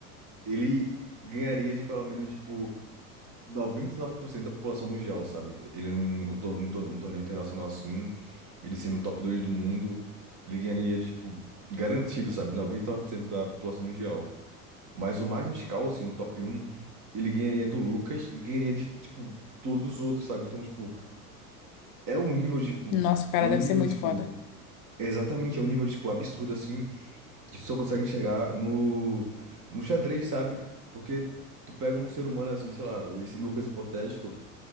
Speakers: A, on the right; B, on the left.
A: ele ganharia de pelo menos, tipo 99% da população mundial, sabe? Ele num cotor- num tor- num torneio internacional assim, ele sendo o top 2 do mundo, ele ganharia, de, tipo, garantido, sabe? noventa e nove por cento da população mundial. Mas o Magnus Carlsen, o top um, ele ganharia do Lucas e ganharia de, tipo, todos os outros, sabe? Então, tipo, é um nível, tipo,
B: Nossa, o cara
A: é um
B: deve
A: nível,
B: ser muito
A: tipo,
B: foda.
A: exatamente, é um nível, tipo, absurdo assim, que tu só consegue enxergar no, no xadrez, sabe? Porque tu pega um ser humano assim, sei lá, esse Lucas hipotético.